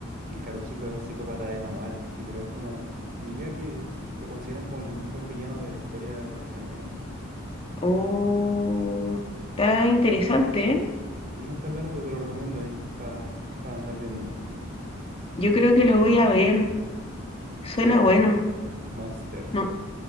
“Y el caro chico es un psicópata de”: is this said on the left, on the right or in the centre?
Right